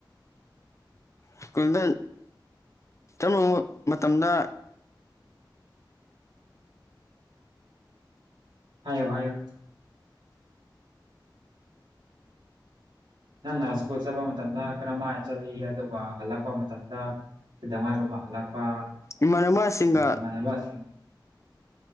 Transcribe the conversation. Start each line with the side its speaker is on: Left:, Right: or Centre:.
Left: ꯁ꯭ꯀꯨꯜꯗ ꯆꯠꯂꯨꯕ ꯃꯇꯝꯗ
Right: ꯍꯥꯏꯌꯣ ꯍꯥꯏꯌꯣ ꯅꯪꯅ ꯁ꯭ꯀꯨꯜ ꯆꯠꯄ ꯃꯇꯝꯗ ꯀꯔꯝꯍꯥꯏꯅ ꯆꯠꯂꯤ ꯑꯗꯨꯒ ꯍꯜꯂꯛꯄ ꯃꯇꯝꯗ ꯗꯋꯥꯏꯒꯨꯝꯕ ꯍꯜꯂꯛꯄ
Left: ꯏꯃꯥꯟꯅꯕꯁꯤꯡꯒ
Right: ꯏꯃꯥꯟꯅꯕꯁꯤꯡ